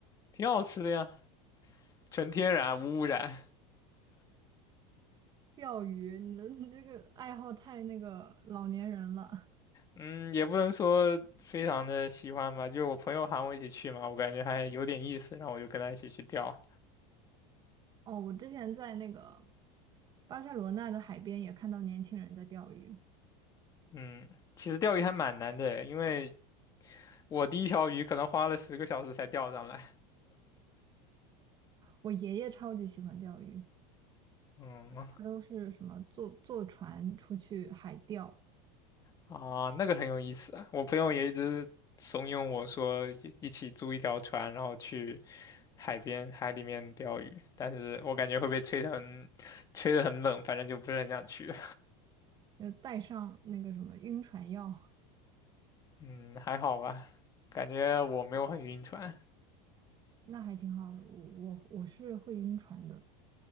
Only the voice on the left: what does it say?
挺好吃的呀，纯天然无污染。
嗯，也不能说非常的喜欢吧，就是我朋友喊我一起去嘛，我感觉还有点意思，然后我就跟他一起去钓。
嗯，其实钓鱼还蛮难的，因为我第一条鱼可能花了十个小时才钓上来。
嗯，
啊，那个很有意思啊，我朋友也一直怂恿我说一一起租一条船，然后去海边海里面钓鱼，但是我感觉会被吹得很吹得很冷，反正就不是很想去。
嗯，还好吧，感觉我没有很晕船，